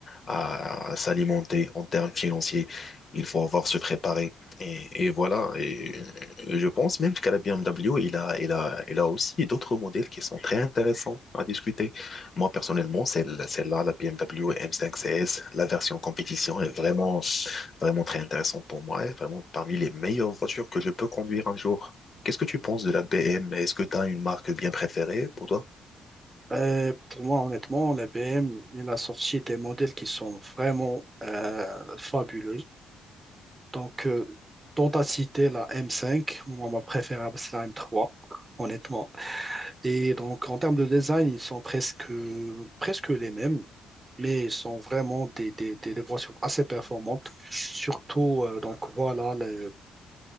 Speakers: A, on the left; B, on the right.
A: à s'alimenter en termes financiers. Il faut avoir se préparer. Et, et voilà. Et, et je pense même qu'à la BMW, il a, il a, il a aussi d'autres modèles qui sont très intéressants à discuter. Moi, personnellement, celle, celle-là, la BMW M5 CS, la version compétition est vraiment, vraiment très intéressante pour moi. Et vraiment parmi les meilleures voitures que je peux conduire un jour. Qu'est-ce que tu penses de la BM? Est-ce que tu as une marque bien préférée pour toi?
B: Euh, pour moi, honnêtement, la BM, il a sorti des modèles qui sont vraiment euh, fabuleux. Donc, euh, dont à citer la M5, moi, ma préférable, c'est la M3, honnêtement. Et donc, en termes de design, ils sont presque, presque les mêmes, mais ils sont vraiment des, des, des, des versions assez performantes. Surtout, euh, donc voilà, le-